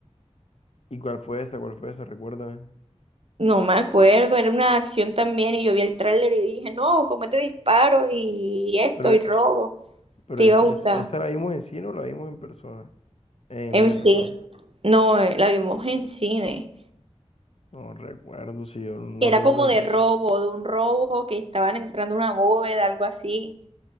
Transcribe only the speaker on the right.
No me acuerdo, era una acción también y yo vi el tráiler y dije, no, comete disparos y esto
y robo.
Te
iba a gustar.
En
sí,
no, eh, la vimos en cine.
Que Era
como
de robo, de un robo que estaban entrando a una bóveda, algo así.